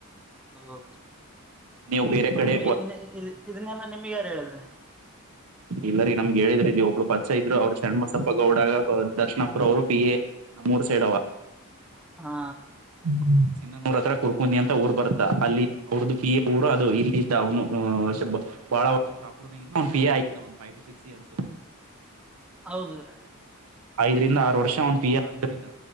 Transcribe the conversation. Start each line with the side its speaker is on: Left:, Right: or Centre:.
Centre: ಹೌದುೀ
Right: ನೀವು ಬೇರೆ ಕಡೆ
Centre: ನಿಮಗೆ ಇದನ್ನೆಲ್ಲ ನಿಮ್ಗೆ ಯಾರು ಹೇಳಿದ್ರೀ
Right: ಇಲ್ಲ ರೀ ನಮ್ಗೆ ಹೇಳಿದ್ರ ಇಲ್ಲಿ ಒಬ್ರು ಪರ್ಚ ಇದ್ರು ಅವ್ರ ಸಣಬಸಪ್ಪ ಗೌಡ ದರ್ಶನಪುರ ಅವರು ಪಿ ಎ ನಮ್ಮೂರ್ ಸೈಡ್ ಅವ
Centre: ಹಾ
Right: ಹ್ಮ ಇನ್ನ ನೂರ ಹತ್ರ ಕುೂರ್ಕೊಂಡಿ ಅಂತ ಊರ್ ಬರುತ್ತ ಅಲ್ಲಿ ಅವ್ರದ್ದು ಪಿ ಎ ಊರು ಅದು ಇಲ್ಲಿ ಇದ ಅವನು ಬಾಳ ವರ್ಷ ಶಾಪೂರ್ನಾಗ ಒಂದ್ ಪಿ ಎ ಆಗಿದನ ಒಂದ್ ಫೈವ್ ಟು ಸಿಕ್ಸ್ ಇಯರ್ಸ್
Centre: ಹೌದ್ರೀ
Right: ಐದರಿಂದ ಆರು ವರ್ಷ ಒಂದ್ ಪಿ ಎ ಆದ್ದರಿಂದ